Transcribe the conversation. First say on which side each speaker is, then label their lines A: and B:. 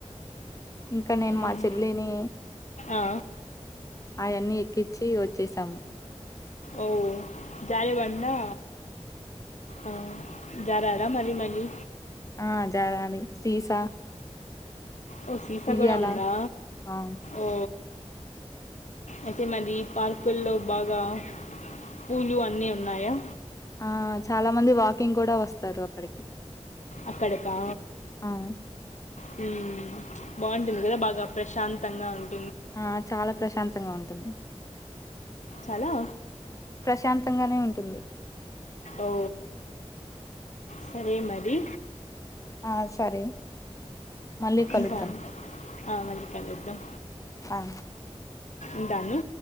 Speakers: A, on the left; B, on the left.
A: ఇంకా నేను
B: మ్మ్.
A: మా చెల్లిన్నీ.
B: ఆ.
A: ఆయన్నీ ఎక్కించి. వచ్చి, వచ్చేసాము.
B: ఓ, జారి పడిందా. ఆ. జరరా మరి మని.
A: ఆ జారణి, సీసా
B: ఓ సీసా
A: ఉయ్యాల
B: కూడా ఉందా
A: ఆ
B: ఓ అయితే మరి పార్కుల్లో బాగా పూలు అన్ని ఉన్నాయా
A: ఆ చాలా మంది వాకింగ్ కూడా వస్తారు. అక్కడికి
B: అక్కడకా
A: అవును
B: హ్మ్ బాగుంటుంది కదా బాగా ప్రశాంతంగా ఉంటుంది.
A: ఆ చాలా ప్రశాంతంగా ఉంటుంది.
B: చాలా
A: ప్రశాంతంగానే ఉంటుంది.
B: ఓ సరే మరి
A: ఆ సరే మళ్ళీ కలుద్దాం
B: ఉంటాను. మళ్ళ కలుద్దాం
A: ఆ
B: ఉంటాను.